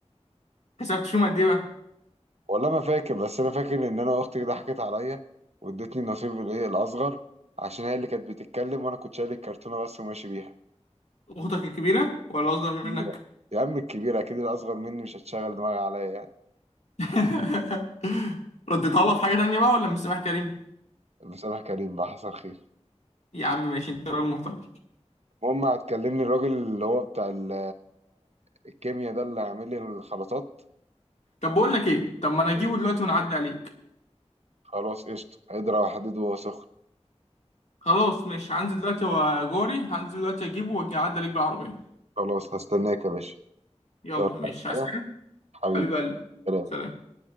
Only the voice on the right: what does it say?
والله ما فاكر بس أنا فاكر إن أنا أختي ضحكت عليا وادتني النصيب الإيه الأصغر عشان هي اللي كانت بتتكلم وأنا كنت شايل الكرتونة بس وماشي بيها
كبيرة
يا عم الكبيرة أكيد الأصغر مني مش هتشغل دماغي عليا يعني
بصراحة كريم بقى حصل خير
المهم هتكلمني الراجل اللي هو بتاع ال- الكيمياء ده اللي عامل لي الخلطات
إيه؟
خلاص قشطة اضرب حديد وهو سخن
خلاص هستناك يا باشا
يلا
عايز
حاجة
حبيبي
سلام.